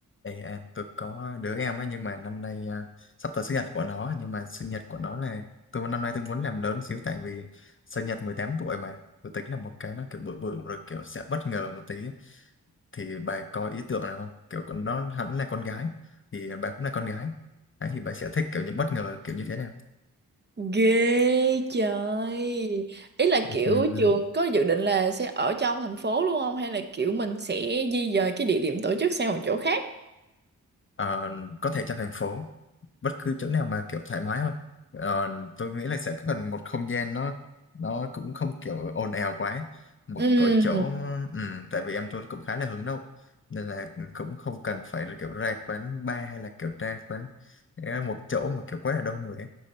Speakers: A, on the left; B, on the right.
A: Ê, à, tôi có đứa em ấy nhưng mà năm nay à, sắp tới sinh nhật của nó nhưng mà sinh nhật của nó là tôi năm nay tôi muốn làm lớn xíu tại vì sinh nhật 18 tuổi mà tôi tính là một cái nó kiểu bự bự rồi kiểu sẽ bất ngờ một tí thì bà có ý tưởng nào không kiểu con nó hẳn là con gái thì bà cũng là con gái Đấy, thì bà sẽ thích kiểu những bất ngờ kiểu như thế nào
B: Ghê trời. Ý là kiểu
A: Ừ.
B: trường có dự định là sẽ ở trong thành phố luôn không? Hay là kiểu mình sẽ di dời cái địa điểm tổ chức sang một chỗ khác?
A: Ờ, có thể trong thành phố bất cứ chỗ nào mà kiểu thoải mái hơn Ờ, tôi nghĩ là sẽ cần một không gian nó nó cũng không kiểu ồn ào quá một
B: Ừ.
A: cái chỗ ừ, tại vì em tôi cũng khá là hướng nội nên là cũng không cần phải là kiểu ra quán bar hay là kiểu ra quán ờ, một chỗ mà kiểu quá là đông người ấy.